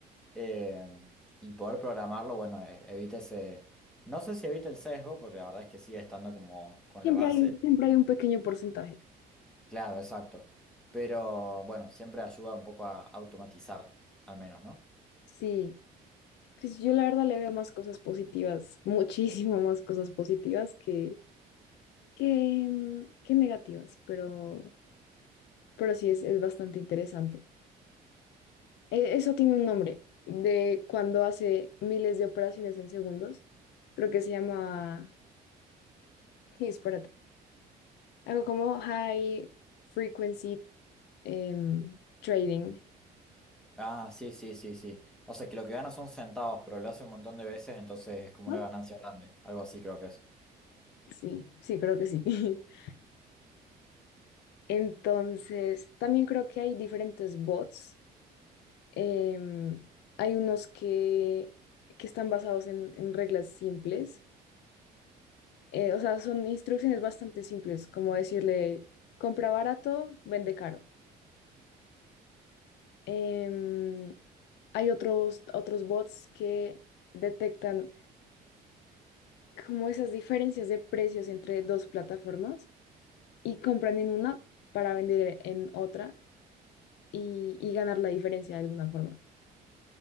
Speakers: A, in the centre; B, on the left (about 80°).
A: Eh, y poder programarlo, bueno, e- evita ese... No sé si evita el sesgo, porque la verdad es que sigue estando como con
B: siempre
A: la base.
B: hay, siempre hay un pequeño porcentaje.
A: Claro, exacto. Pero bueno, siempre ayuda un poco a automatizar, al menos, ¿no?
B: Sí, pues yo la verdad le veo más cosas positivas, muchísimo más cosas positivas que, que, mm, que negativas, pero, pero sí es, es bastante interesante. Eh, eso tiene un nombre de cuando hace miles de operaciones en segundos. Creo que se llama, <laughs> espérate, algo como high frequency em, trading.
A: Ah, sí, sí, sí, sí. O sea, que lo que gana son centavos, pero lo hace un montón de veces, entonces es como
B: ¿no?
A: una ganancia grande. Algo así creo que es.
B: Sí, sí, creo que sí. <laughs> Entonces, también creo que hay diferentes bots. em, hay unos que, que están basados en, en reglas simples. eh, o sea, son instrucciones bastante simples, como decirle, compra barato, vende caro. Em, hay otros, otros bots que detectan como esas diferencias de precios entre dos plataformas y compran en una para vender en otra y, y ganar la diferencia de alguna forma.